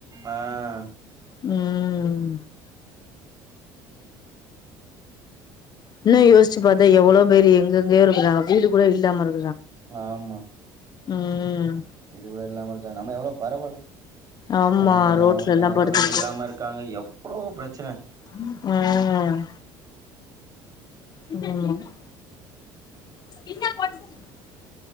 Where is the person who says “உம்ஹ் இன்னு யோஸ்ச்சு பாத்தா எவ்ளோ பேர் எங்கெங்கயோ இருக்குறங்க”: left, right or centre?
Left